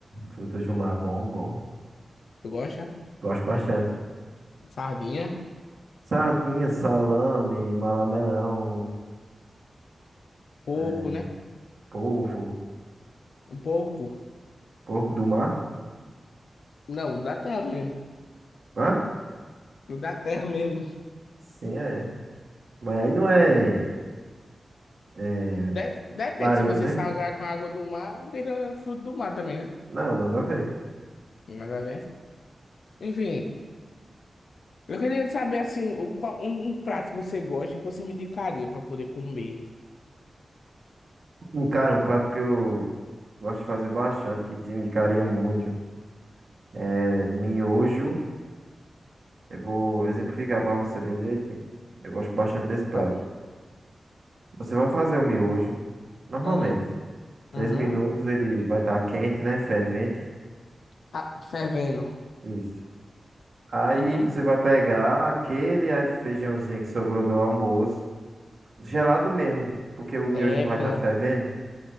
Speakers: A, on the right; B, on the left.
A: frutos do mar, bom, bom.
B: Tu gosta?
A: Gosto bastante.
B: Sardinha.
A: Sardinha, salame, malamelão,
B: Porco,
A: é,
B: né?
A: polvo,
B: Um porco.
A: porco do mar.
B: Não, da terra mesmo.
A: Hã?
B: O Da terra mesmo.
A: Sim, é. Mas aí não é, é
B: De- Depende,
A: marinhos,
B: se você
A: né?
B: salgar com a água do mar, vira fruto do mar também, né?
A: Não, nada a ver.
B: Nada a ver. Enfim. Eu queria saber, assim, o qual- um, um prato que você gosta e que você me indicaria pra poder comer.
A: Hum, Cara, um prato que eu gosto de fazer bastante, que te indicaria muito, é miojo. Eu vou exemplificar para você bem direitinho. Eu gosto bastante desse prato.
B: Tá.
A: Você vai fazer o miojo, normalmente.
B: Hum,
A: Três
B: uhum.
A: minutos ele vai estar quente, né? Fervente.
B: Ah, fervendo.
A: Isso. Aí
B: Uhum.
A: você vai pegar aquele eh, feijãozinho que sobrou do almoço, gelado mesmo, porque o miojo
B: eca,
A: vai estar fervendo.